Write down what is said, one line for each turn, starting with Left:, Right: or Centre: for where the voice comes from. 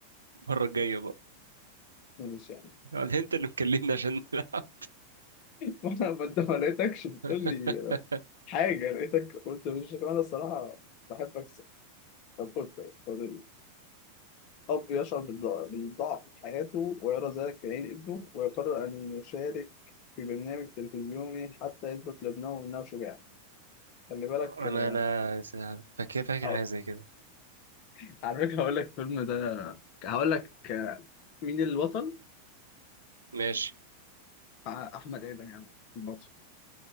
Right: المرة الجاية بقى
Left: مش يعني <laughs>
Right: يعني انت اللي مكلمني عشان نلعب
Left: وأنا ما أنت ما لقيتكش بتقول
Right: <laughs>
Left: لي حاجة لقيتك قلت مش أنا الصراحة بحب أكسب طب خد طيب خد ال- أب يشعر بالضع- بالضعف في حياته ويرى ذلك في عين ابنه ويقرر أن يشارك في برنامج تلفزيوني حتى يثبت لابنه أنه شجاع خلي بالك
Right: انا
Left: آه،
Right: انا فاكر فاكر
Left: هقول-
Right: حاجة زي كده
Left: <laughs> على فكرة هقول لك الفيلم ده هقول لك آه، مين البطل؟
Right: ماشي
Left: آه، أحمد آدم يا عم البطل